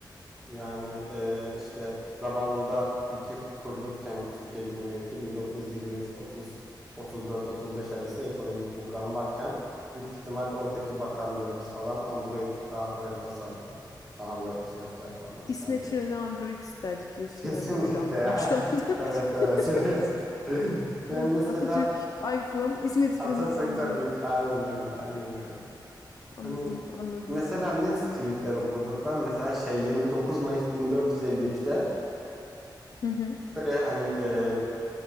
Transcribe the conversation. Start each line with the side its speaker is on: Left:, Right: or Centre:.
Centre: Yani e, işte zamanında ülke kurulurken Türkiye Cumhuriyeti 1923 30 34 35 arası ekonomik buhran varken büyük ihtimal oradaki bakanlarımız falan Android daha böyle tasarruflu, daha böyle fiyat performans
Left: İsmet
Centre: derdi.
Left: İnönü Android isterdi diyorsun
Centre: Kesinlikle
Left: yani ben öyle anladım
Centre: ya. <laughs>
Left: şu anda.
Centre: Evet evet
Left: <laughs>
Centre: evet. <laughs> Ben
Left: Evet,
Centre: mesela
Left: Atatürk iPhone, İsmet
Centre: Atatürk'ten
Left: İnönü Android.
Centre: bir aynen öyle aynen öyle.
Left: Anladım,
Centre: Hani
Left: anladım.
Centre: mesela ne tweetler okurduk? Ben mesela şey 29 Mayıs 1453'te
Left: Hı hı.
Centre: Böyle hani e,